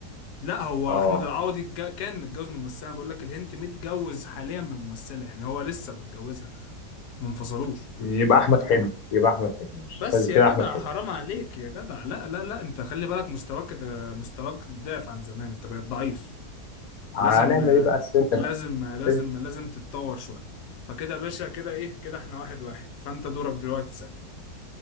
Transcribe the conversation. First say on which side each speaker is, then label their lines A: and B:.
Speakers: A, on the left; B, on the left.
A: لا هو
B: اه
A: أحمد العوضي اتج- كان متجوز من ممثلة بقول لك الهنت متجوز حاليا من ممثلة يعني هو لسه متجوزها ما انفصلوش
B: يبقى احمد حلمي يبقى احمد حلمي ماشي
A: بس
B: طيب كده
A: يا جدع
B: احمد حلمي
A: حرام عليك يا جدع لا لا لا انت خلي بالك مستواك ده مستواك ضعف عن زمان انت بقيت ضعيف
B: هنعمل
A: لازم آه،
B: ايه بقى السن
A: لازم
B: بقى
A: آه، لازم
B: السن
A: لازم تتطور شوية فكده يا باشا كده ايه كده احنا واحد واحد فانت دورك دلوقتي تسأل